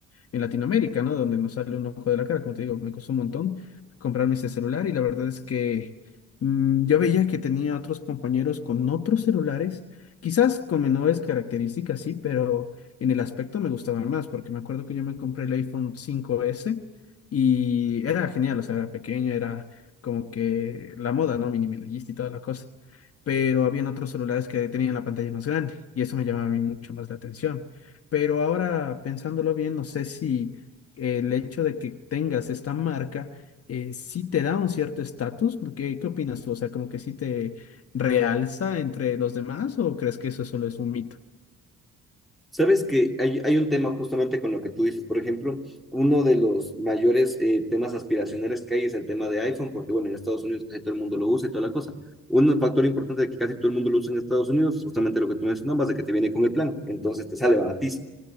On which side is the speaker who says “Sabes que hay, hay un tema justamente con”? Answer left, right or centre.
Centre